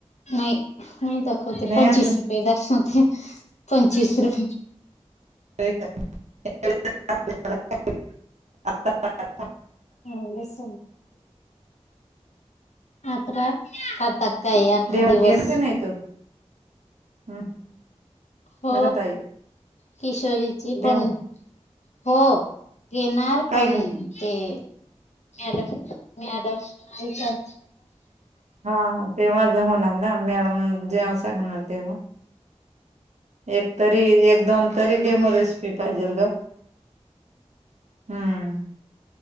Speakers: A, on the left; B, on the right.
A: नाही नाही दाखवते
B: नाही
A: पंचवीस
B: अजून
A: रुपये दाखवत आहे पंचवीस रुप
B: <unintelligible>
A: हा बस आता काय अख्खा
B: डेमात
A: दिवस
B: गेला का नाही तू हम्म
A: हो
B: नका ताई
A: किशोरीची
B: डेम
A: पण हो येेणार
B: काय
A: पण ते मॅडम मॅडम विचार
B: हा तेव्हा होणार ना मॅडम जेव्हा सांगणार तेव्हा एक तरी एक दोन तरी डेमोर पाहिजेल ग हम्म